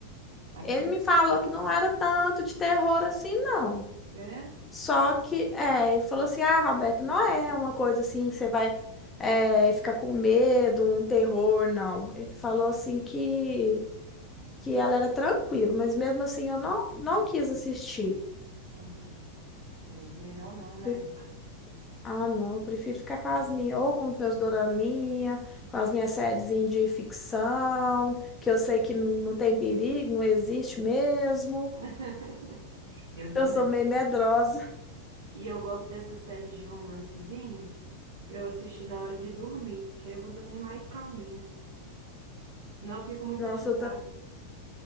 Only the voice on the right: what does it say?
Aí
por isso
que.
É?
Uhum. É melhor não, né?
<laughs> Eu também.
E eu gosto dessas séries de romancezinho pra eu assistir na hora de dormir, que aí eu vou dormir mais calminha. Senão eu fico muito
agitada.